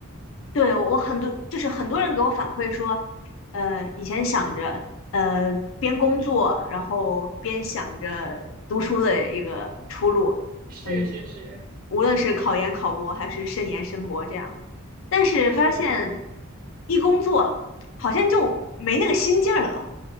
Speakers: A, on the left; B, on the right.
A: 对，我很多就是很多人给我反馈说，呃，以前想着呃边工作，然后边想着读书的一个出路，
B: 是是是
A: 嗯，无论是考研、考博还是申研、申博这样子，但是发现
B: 是，
A: 一工作好像就没那个心劲儿了，